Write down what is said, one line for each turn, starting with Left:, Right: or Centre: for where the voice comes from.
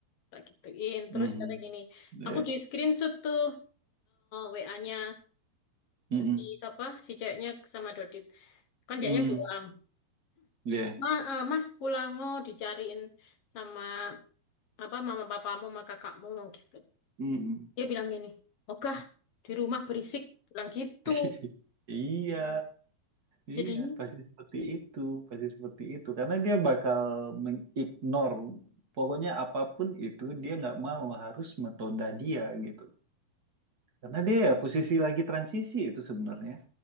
Left: tak gituin
Right: mhm.
Left: terus kata gini
Right: Iya.
Left: aku di screenshot tuh WA-nya
Right: Mhm,
Left: si siapa si ceweknya sama Dodit kan
Right: mhm.
Left: ceweknya bilang
Right: Iya.
Left: Ma, eh, Mas pulang oh dicariin sama apa mama papamu sama kakakmu gitu
Right: Mhm.
Left: Dia bilang gini, Ogah, di rumah berisik. Bilang gitu.
Right: <laughs> Iya. Iya,
Left: Jadi,
Right: pasti seperti itu, pasti seperti itu. Karena dia bakal mengignore, pokoknya apapun itu dia nggak mau, harus metoda dia gitu. Karena dia ya posisi lagi transisi itu sebenarnya.